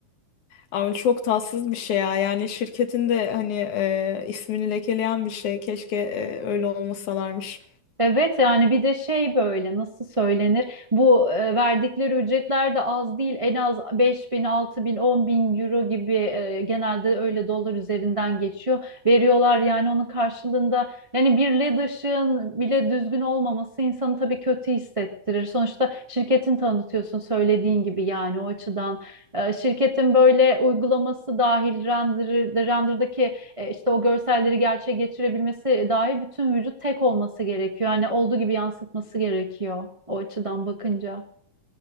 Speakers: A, on the left; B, on the right.
A: Ama çok tatsız bir şey ya. Yani şirketin de hani e, ismini lekeleyen bir şey. Keşke e, öyle olmasalarmış.
B: Evet yani bir de şey böyle nasıl söylenir bu e, verdikleri ücretler de az değil en az beş bin altı bin on bin euro gibi e, genelde öyle dolar üzerinden geçiyor veriyorlar yani onun karşılığında yani bir led ışığın bile düzgün olmaması insanı tabii kötü hissettirir sonuçta şirketin tanıtıyorsun söylediğin gibi yani o açıdan E, şirketin böyle uygulaması dahil render, render'daki e, işte o görselleri gerçeğe getirebilmesi dahil bütün vücut tek olması gerekiyor. Yani olduğu gibi yansıtması gerekiyor o açıdan bakınca.